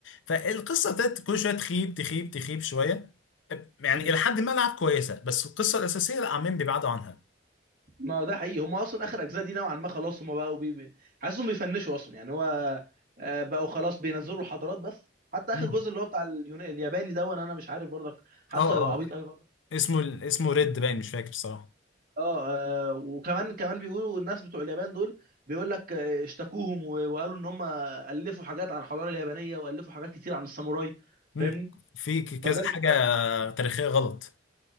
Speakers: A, on the left (about 85°); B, on the right (about 50°).
A: فالقصه ابتدت كل شويه تخيب تخيب تخيب شويه يعني
B: مم.
A: الى حد ما لعب كويسه بس القصه الاساسيه لا عمالين بيبعدوا عنها
B: ما هو ده حقيقي هم اصلا اخر اجزاء دي نوعا ما خلاص هم بقوا بي... بي- حاسسهم بيفنشوا اصلا يعني هو آه، بقوا خلاص بينزلوا حضارات بس حتى اخر
A: مم.
B: جزء اللي هو بتاع اليونان الياباني ده وانا أنا مش عارف برضك حاسه
A: اه
B: هيبقى عبيط
A: اه
B: قوي
A: اسمه اسمه ريد باين مش فاكر بصراحه
B: اه آه، وكمان كمان بيقولوا الناس بتوع اليابان دول بيقول لك آه، اشتكوهم و- وقالوا ان هم الفوا حاجات عن الحضاره اليابانيه والفوا حاجات كتير عن الساموراي
A: مم.
B: فاهمني
A: في ك- كذا
B: فده اللي
A: حاجه
B: سمعته يعني
A: تاريخيه غلط